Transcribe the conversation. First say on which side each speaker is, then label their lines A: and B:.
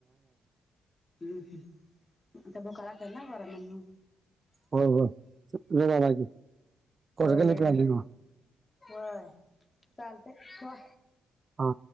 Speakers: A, on the left (about 30°); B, on the right (about 45°).
A: हम्म. आता भुखा लागत्यात पोरास्नी म्हणून.
B: हो हो. ला
A: होय
B: कोठकली
A: वेळ झाला
B: पली.
A: होय. चालतय ठेवा.
B: हा.